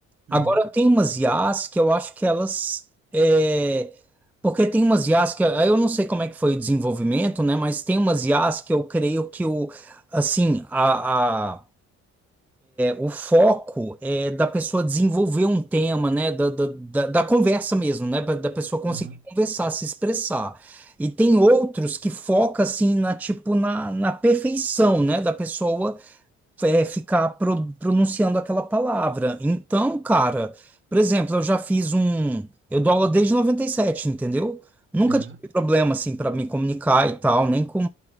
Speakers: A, on the right; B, in the centre.
A: Uhum,
B: Agora tem umas IAs que eu acho que elas. é, Porque tem umas IAs que. aí Eu não sei como é que foi o desenvolvimento, né? Mas tem umas IAs que eu creio que o. Assim, a... a- O foco é da pessoa desenvolver um tema, né? Da, da, da, da conversa mesmo, né? pra- Da pessoa conseguir
A: aham,
B: conversar, se expressar. E tem outros que foca assim na tipo na, na perfeição, né? Da pessoa é, ficar pro- pronunciando aquela palavra. Então, cara, por exemplo, eu já fiz um. Eu dou aula desde 97, entendeu? Nunca
A: aham.
B: tive problema assim para me comunicar e tal, nem com